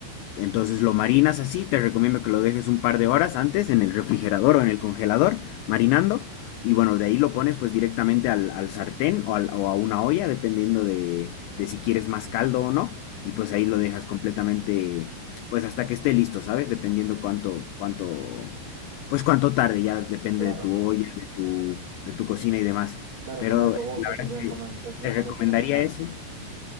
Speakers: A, on the left (about 85°); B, on the right (about 50°).
A: Entonces lo marinas así, te recomiendo que lo dejes un par de horas antes en el refrigerador o en el congelador, marinando. Y bueno, de ahí lo pones pues directamente al, al sartén o, al- o a una olla, dependiendo de, de si quieres más caldo o no. Y pues ahí lo dejas completamente, pues hasta que esté listo, ¿sabes? Dependiendo cuánto, cuánto, pues cuánto tarde, ya depende
B: Claro,
A: de tu olla, de tu, de tu cocina y demás.
B: claro,
A: Pero
B: como de tu
A: la
B: gusto también,
A: verdad es que
B: como en qué punto
A: te recomendaría
B: lo quieras dejar.
A: eso.